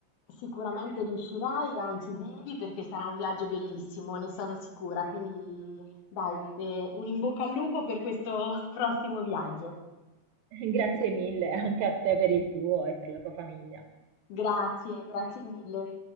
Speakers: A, on the left; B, on the right.
A: Sicuramente riuscirai, anzi devi perché sarà un viaggio bellissimo, ne sono sicura. Quindi dai, eh, un in bocca al lupo per questo <laughs> prossimo viaggio.
B: Grazie mille anche a te per il tuo e per la tua famiglia.
A: Grazie, grazie mille.